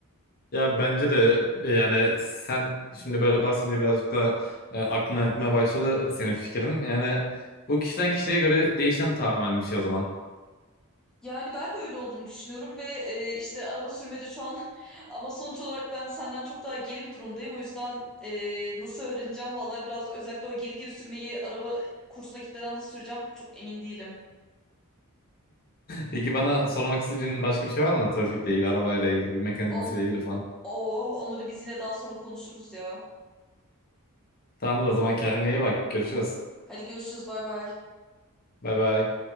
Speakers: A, on the left (about 45°); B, in the centre.
A: Ya bence de e, yani sen şimdi böyle bahsedince birazcık da e, aklıma yatmaya başladı senin fikrin. Yani bu kişiden kişiye göre değişen tamamen bir şey o zaman.
B: Yani ben de öyle olduğunu düşünüyorum ve e, işte araba sürmede şu an <laughs> ama sonuç olarak ben senden çok daha geri bir durumdayım. O yüzden e, nasıl öğreneceğim vallahi biraz özellikle o geri geri sürmeyi araba kursuna gitmeden nasıl süreceğim çok emin değilim.
A: Peki bana sormak istediğin başka bir şey var mı trafikle ilgili, arabayla ilgili, bir mekanizmasıyla
B: On,
A: ilgili falan?
B: oh, onları biz yine daha sonra konuşuruz ya.
A: Tamamdır o zaman kendine iyi bak. Görüşürüz.
B: Hadi görüşürüz bay bay.
A: Bay bay.